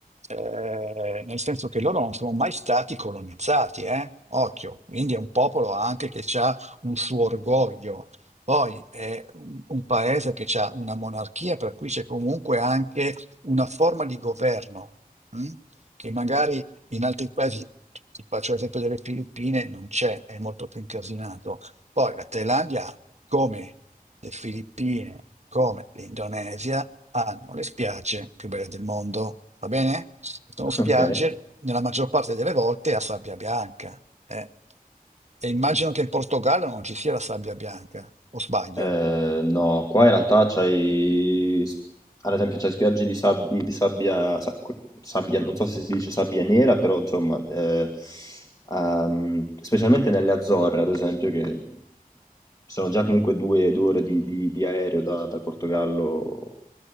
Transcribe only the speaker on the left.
<laughs>
ok.
Ehm, no, qua in realtà c'hai, s- ad esempio, c'hai spiagge di, sabbi- di sabbia, sa- que- sabbia- non so se si dice sabbia nera, però insomma, eh, ehm, specialmente nelle Azzorre, ad esempio, che sono già comunque due, due ore di, di- di aereo da- dal Portogallo